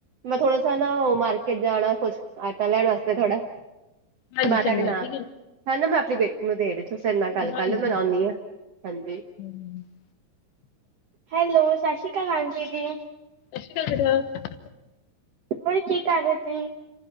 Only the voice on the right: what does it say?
ਮੈਂ ਥੋੜਾ ਸਾ ਨਾ ਮਾਰਕਿਟ ਜਾਣਾ, ਕੁਛ ਆਟਾ ਲੈਣ ਵਾਸਤੇ ਥੋੜਾ
ਤੇ ਮੈਂ ਤੁਹਾਡੇ
ਨਾਲ
ਹਨਾ ਮੈਂ ਆਪਣੀ ਬੇਟੀ ਨੂੰ ਦੇ ਦਤ, ਉਸ ਨਾਲ ਗੱਲ
ਕਰ ਲਓ, ਮੈਂ ਲਾਉਂਦੀ ਹਾਂ, ਹਾਂਜੀ
ਹੈਲੋ, ਸਤਿ ਸ੍ਰੀ ਅਕਾਲ ਆਂਟੀ ਜੀ
ਹੋਰ ਕੀ ਕਰ ਰਹੇ ਸੀਂ